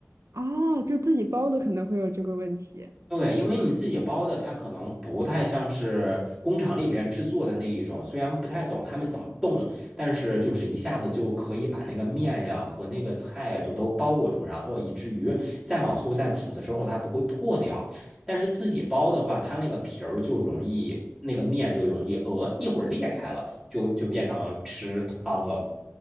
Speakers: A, on the right (about 80°); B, in the centre.
A: 哦，就自己包的可能会有这个问题。
B: 对，因为你自己包的，它可能不太像是工厂里边制作的那一种，虽然不太懂他们怎么冻，但是就是一下子就可以把那个面呀和那个菜呀就都包裹住，然后以至于再往后再煮的时候它不会破掉。但是自己包的话，它那个皮儿就容易，那个面就容易，呃，一会儿裂开了，就就变成吃汤了。